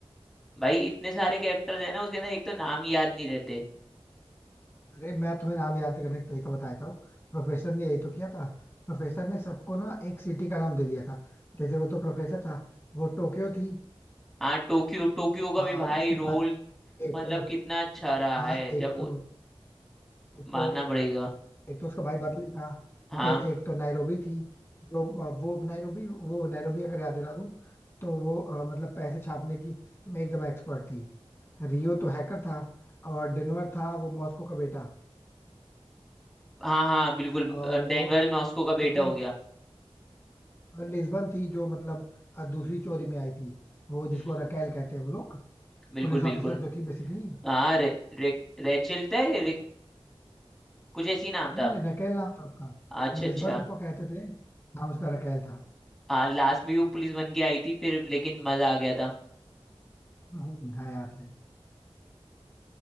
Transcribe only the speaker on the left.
अरे मैं तुम्हें नाम याद करने का तरीका बताया था प्रोफेसर ने यही तो किया था प्रोफेसर ने सबको ना एक सिटी का नाम दे दिया था जैसे वो तो प्रोफेसर था वो टोक्यो थी
और
उसके
बाद एक
तो
हाँ
एक
तो एक
तो
एक तो उसका भाई बर्लिन था
फिर एक तो नैरोबी थी जो अ, वो नैरोबी वो नैरोबी अगर याद दिला दूं तो वो अ, मतलब पैसे छापने की में एकदम एक्सपर्ट थी रियो तो हैकर था और डेनवर था वो मॉस्को का बेटा
और
वो
लिस्बन
और लिस्बन थी जो मतलब अ, दूसरी चोरी में आई थी वो जिसको
रकेल कहते हैं वो लोग
पुलिस
ऑफिसर जो थी बेसिकली
नहीं
नहीं रकेल नाम था उसका
लिस्बन
उसको कहते थे नाम उसका रकेल था
हम्म, हाँ याद है